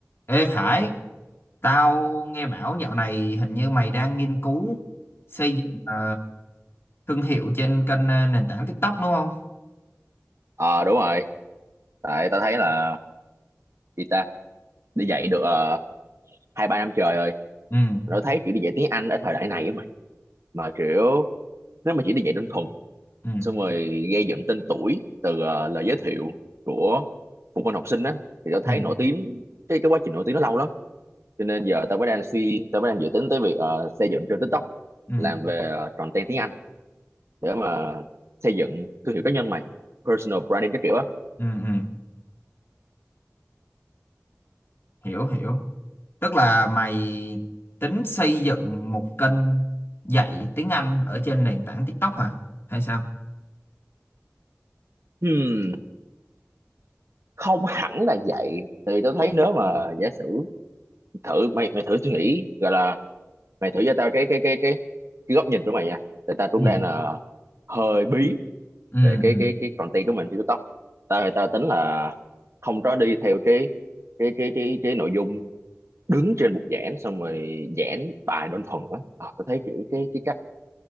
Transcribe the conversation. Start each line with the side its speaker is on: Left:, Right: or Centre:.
Left: Ê Khải, tao nghe bảo dạo này hình như mày đang nghiên cứu xây dựng ờ, thương hiệu trên kênh ờ, nền tảng TikTok đúng không?
Right: Ờ đúng rồi. Tại tao thấy là gì ta đi dạy được ờ, hai ba năm trời rồi.
Left: Ừ,
Right: Tao thấy kiểu đi dạy tiếng Anh ở thời đại này á mày. Mà kiểu nếu mà chỉ đi dạy đơn thuần
Left: ừ,
Right: xong rồi gây dựng tên tuổi từ ờ, lời giới thiệu của phụ huynh học sinh á thì tao thấy
Left: ừ,
Right: nổi tiếng cái cái quá trình nổi tiếng nó lâu lắm. Cho nên giờ tao mới đang suy tao mới đang dự tính tới việc ờ, xây dựng trên TikTok
Left: ừ,
Right: làm về uh, content tiếng Anh để mà xây dựng thương hiệu cá nhân mày, personal branding các kiểu á.
Left: ừ, ừ, hiểu hiểu. Tức là mày tính xây dựng một kênh dạy tiếng Anh ở trên nền tảng TikTok hả? Hay sao?
Right: Hmm. không hẳn là vậy tại vì tôi thấy nếu mà giả sử thử mày mày thử suy nghĩ gọi là mày thử cho tao cái cái cái cái cái góc nhìn của mày nha tại tao cũng
Left: Ừ,
Right: đang là hơi bí
Left: ừ,
Right: về cái
Left: ừ,
Right: cái cái content của mình trên TikTok tao tao tính là không có đi theo cái cái cái cái cái nội dung đứng trên bục giảng xong rồi giảng bài đơn thuần á à, tao thấy kiểu cái cái cách